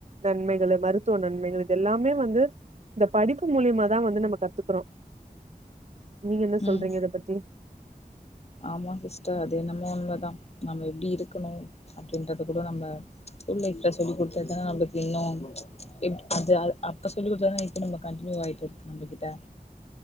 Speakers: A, on the right; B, on the left.
A: நன்மைகளு மருத்துவ நன்மைகள் இதெல்லாமே வந்து இந்த படிப்பு மூலியமா தா வந்து நம்ம கத்துக்குறோ நீங்க என்ன சொல்றீங்க
B: ம்
A: இத பத்தி
B: ஆமா சிஸ்டர் அது என்னமோ உண்மதா நம்ம எப்டி இருக்கணு அப்படின்றது கூட நம்ம இல்ல இப்ப சொல்லி குடுத்ததா அவுளுக்கு இன்னு எப் அது அப்ப சொல்லி கொடுத்தாதா இப்ப நம்ம கண்டின்யூ ஆய்ட்ருக்கு நம்பகிட்ட